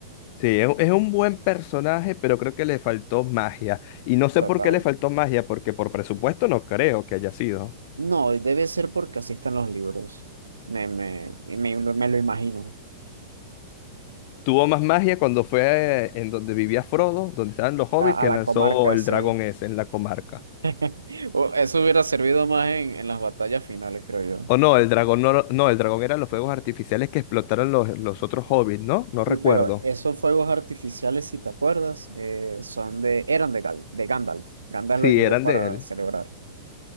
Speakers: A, on the left (about 45°); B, on the right (about 85°).
A: Sí, es, es un buen personaje, pero creo que le faltó magia. Y no sé
B: Total.
A: por qué le faltó magia, porque por presupuesto no creo que haya sido.
B: No, debe ser porque así están los libros. Me, me, me, me lo imagino.
A: Tuvo más magia cuando fue eh, en donde vivía Frodo, donde estaban los hobbits,
B: A,
A: que
B: a
A: lanzó
B: la comarca,
A: el dragón
B: sí.
A: ese en la comarca.
B: <laughs> O Eso hubiera servido más en, en las batallas finales, creo
A: O no, el dragón no, no, el dragón eran los fuegos artificiales que explotaron los, los otros hobbits, ¿no? No recuerdo.
B: Sí, pero esos fuegos artificiales, si te acuerdas, eh, son de, eran de, Gal- de Gandalf. Gandalf
A: Sí,
B: lo llevó
A: eran
B: para
A: de él.
B: celebrar.